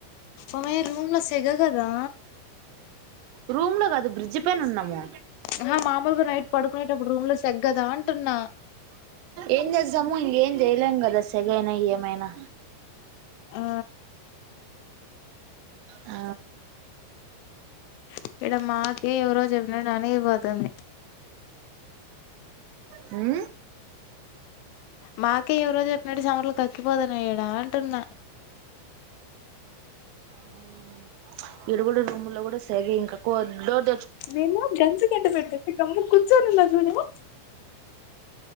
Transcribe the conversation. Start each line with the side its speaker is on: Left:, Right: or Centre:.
Left: అమే రూమ్లో తెగగదా
Right: రూమ్ లో కాదు బ్రిడ్జ్ పైన ఉన్నాము
Left: ఆహా మామూలుగా నైట్ పడుకునేటప్పుడు రూమ్ లో సెగ కదా అంటున్నా
Right: ఏంజేస్తాము ఎ చేయలేం కదా సెగయినా ఎంఐయినా
Left: ఆ
Right: ఆ
Left: ఇక్కడ మాకే ఎవరోజు చెప్పిన అనిగిపోతుంది
Right: హూ
Left: మాకే ఎవరో చెప్పినట్టు సమర్లు కక్కిపోదనియ్యాడా అ టున్న
Right: హ్మ్ ఇడ గూడ రూము ల్లో కూడా సెగ ఇంకా కొద్ద
Left: మేము జెంట్స్ కెంత పెట్టె ఎగ్జాము కుచ్చ మీలాన్ <inaudible>